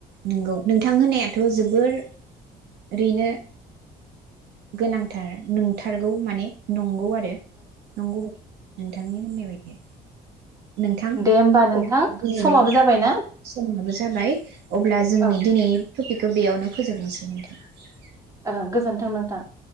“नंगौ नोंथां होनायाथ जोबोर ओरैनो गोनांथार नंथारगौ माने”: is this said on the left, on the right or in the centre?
Right